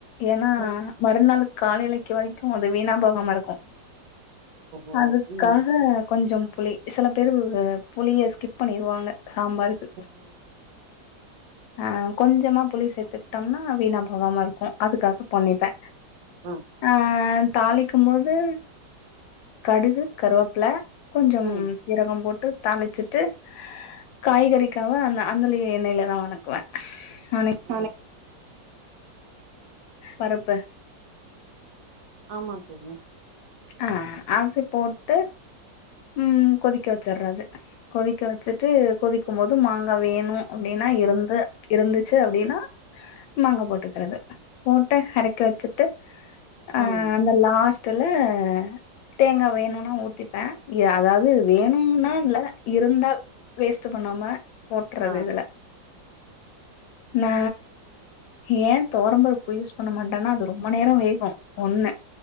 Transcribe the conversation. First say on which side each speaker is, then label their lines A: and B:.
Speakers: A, on the left; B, on the right.
A: ஏன்னா
B: ஓ
A: மறுநாள் காலலிக்கு வரைக்கு அது வீணா போகாம இருக்கு
B: ஓ
A: அதுக்காக
B: ம்
A: கொஞ்சம் புளி சில பேரு புளிய ஸ்கிப் பண்ணிருவாங்க சாம்பாருக்கு
B: ம் ம்
A: ஆ கொஞ்சமா புளி சேத்துக்கிட்டம்னா வீணா போகாம இருக்கு அதுக்காக பண்ணிப்பே
B: அ
A: ஆ தாளிக்கும் போது கடுகு கருவப்புல கொஞ்சம்
B: ம் ம்
A: சீரகம் போட்டு தாளிச்சுட்டு காய்கறிக்கவ அந்த அந்தலய எண்ணெயிலதா வணக்குவ ஆனே
B: <unintelligible>
A: பருப்பு
B: ஆமா தோழி
A: ஆ அது போட்டு ம் கொதிக்க வெச்சறது கொதிக்க வச்சுட்டு கொதிக்கு போது மாங்கா வேணு அப்டின்னா இருந்து இருந்துச்சு அப்டின்னா மாங்கா போட்டுக்றது போட்டு எறக்கி வச்சுட்டு அ
B: ம்
A: அந்த லாஸ்ட்டுல அ தேங்கா வேணுனா ஊத்திப்ப அதாவது வேணும்னா இல்ல இருந்தால் வேஸ்ட்டு பண்ணாம போட்டறது
B: ஆ
A: இதுல நா ஏ தொவரம்பருப்பு யூஸ் பண்ண மாட்டோனா அது ரொம்ப நேரோ வேகு ஒண்ணு